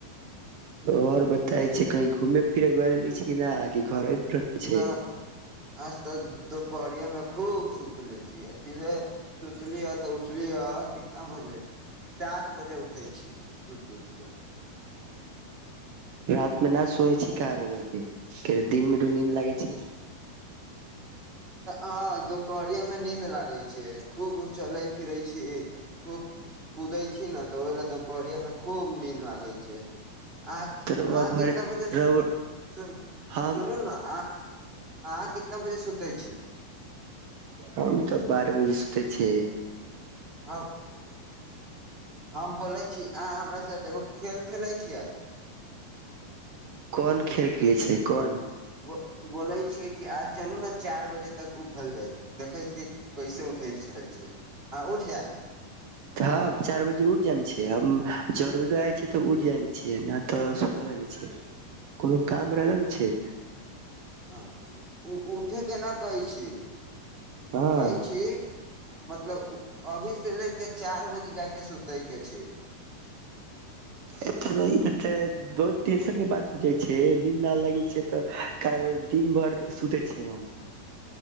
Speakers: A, on the right; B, on the right.
A: और बताए छै कही घूमे फिरे गैल रहनी छै कि ना कि घरे पे रहै
B: न
A: छै
B: आज त दो परिया मे खूब सुतले छी आ सीधे तुर तली ह तऽ उठली ह कितना बजे सात सात बजे उठै छीयै सुति उठि के
A: रात मे न सोैयै छि का र‌उआ के दिन मे नींद लागै छै
B: ह दुपहरिया मे नींन्द लागै छै खूब चले फिरै छी खूब कुदै छी ने तऽ ओहि ल दुपहरिया मे खूब नीन्द लागै छै आ
A: त रउआ
B: अहां
A: घर
B: कितना बजे
A: रउआ
B: सुन
A: हम
B: सुनू न आ अहां कितना बजे सुतै छी
A: हम तऽ बारह बजे सुते छि
B: हम हम बोलै छी अहाँ हमरा साथ एगो खेल खेलैत छीय आज <inaudible>
A: कोन खेल खेले छै कोन
B: व बोलै छियै कि आइ चलू ने चारि बजे तक उठल जाय देखै छियै कैसे उठै छल छ अहाँ उठि जाय
A: हां चार बजे उठ जाम छैइ हम जरूरी रहय छैइ तऽ उठ जाय छियै न तऽ सुतल रहली छै कोनो काम रहल ने छै
B: हँ ओ उठे केना कहै छी
A: हँ
B: कहै छी मतलब अभी से ले क चारि बजे जा कऽ सुतै के छैइ
A: ए तर ई <unintelligible> से दूध <unintelligible> टेंशन के बात हो जाइ छै नीन्द नहि लागै छै तऽ काल् दिन भर सुते छिअइ हम